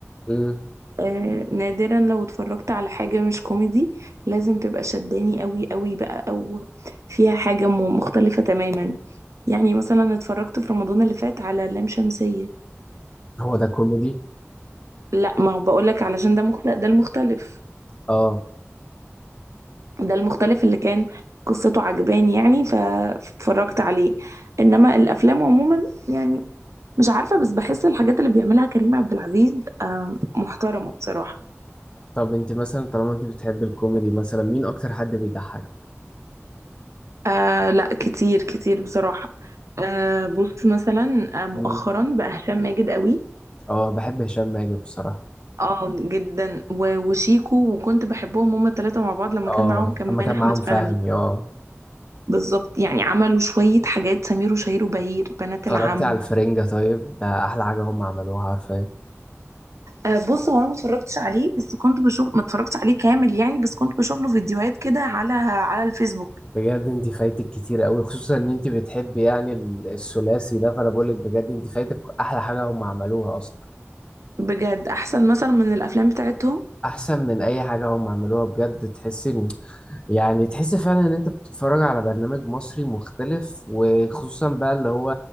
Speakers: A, on the left; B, on the right.
A: مم.
B: آه نادرا لو اتفرجت على حاجه مش كوميدي لازم تبقى شداني قوي قوي بقى او فيها حاجه م- مختلفه تماما يعني مثلا اتفرجت في رمضان اللي فات على لام شمسيه
A: هو ده كوميدي؟
B: لا ما هو بقولك علشان ده مختلف ده المختلف
A: اه
B: ده المختلف اللي كان قصته عجباني يعني ف- فاتفرجت عليه انما الافلام عموما يعني مش عارفه بس بحس الحاجات اللي بيعملها كريم عبد العزيز آه، محترمه بصراحه
A: طب انت مثلا طالما انت بتحبي الكوميدي مثلا مين أكتر حد بيضحك؟
B: آه لا كتير كتير بصراحه آه بص مثلا آه، مؤخرا
A: مم.
B: بقى هشام ماجد قوي
A: اه بحب هشام ماجد بصراحة
B: اه جدا و- وشيكو وكنت بحبهم هما الثلاثه مع بعض لما
A: اه
B: كان معاهم كمان
A: أما كان
B: احمد
A: معاهم
B: فهمي
A: فهمي اه
B: بالظبط يعني عملوا شويه حاجات سمير وشهير وبهير بنات
A: اتفرجت
B: العم
A: على الفرنجة طيب ده أحلى حاجة هم عملوها حرفيا
B: آه، بص هو انا ما اتفرجتش عليه بس كنت بشوف ما اتفرجتش عليه كامل يعني بس كنت بشوف له فيديوهات كده على على الفيسبوك
A: بجد انت فايتك كتير قوي خصوصا ان انت بتحبي يعني ال- الثلاثي ده فانا بقول لك بجد انت فايتك احلى حاجه هم عملوها اصلا
B: بجد احسن مثلا من الافلام بتاعتهم
A: احسن من اي حاجه هم عملوها بجد تحس ان يعني تحس فعلا ان انت بتتفرج على برنامج مصري مختلف وخصوصا بقى اللي هو